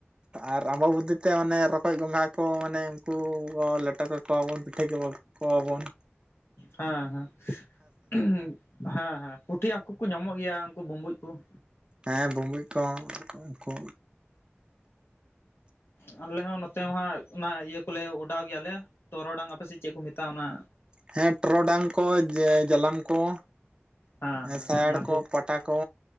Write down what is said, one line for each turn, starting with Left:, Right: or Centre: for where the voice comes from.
Right: ᱟᱨ ᱟᱢᱵᱟᱵᱚᱛᱤ ᱛᱮ ᱢᱟᱱᱮ ᱨᱚᱠᱚᱡ ᱜᱚᱸᱜᱷᱟ ᱠᱚ ᱢᱟᱱᱮ ᱩᱱᱠᱩ ᱠᱚ ᱞᱮᱴᱚ ᱠᱮᱠᱚᱣᱟᱵᱚᱱ ᱯᱤᱴᱷᱟᱹ ᱠᱮᱠᱚ ᱠᱚᱣᱟᱵᱚᱱ
Left: ᱦᱮᱸ ᱦᱮᱸ ᱦᱮᱸ ᱦᱮᱸ ᱯᱩᱴᱷᱤ ᱦᱟᱹᱠᱩ ᱠᱩ ᱧᱟᱢᱚᱜ ᱜᱮᱭᱟ ᱩᱱᱠᱩ ᱵᱩᱸᱵᱩᱡ ᱠᱚ ᱾
Right: ᱦᱮᱸ ᱵᱩᱵᱩᱡ ᱠᱚ ᱩᱱᱠᱩ
Left: ᱦᱩᱸ ᱟᱞᱮ ᱦᱚᱸ ᱱᱚᱛᱮ ᱦᱟᱸᱜ ᱚᱱᱟ ᱤᱭᱟᱹ ᱠᱚᱞᱮ ᱚᱰᱟᱣ ᱜᱮᱭᱟᱞᱮ ᱴᱚᱨᱚᱰᱟᱝ ᱟᱯᱮ ᱥᱮᱫ ᱪᱮᱫ ᱠᱚ ᱢᱮᱛᱟᱜᱼᱟ ᱚᱱᱟ?
Right: ᱦᱮᱸ ᱴᱚᱨᱚᱰᱟᱝ ᱠᱚ ᱡᱟᱞᱟᱢ ᱠᱚ
Left: ᱦᱮᱸ
Right: ᱥᱟᱭᱟᱲ
Left: ᱚᱱᱟ
Right: ᱠᱚ ᱯᱟᱴ ᱯᱟᱴᱟ ᱠᱚ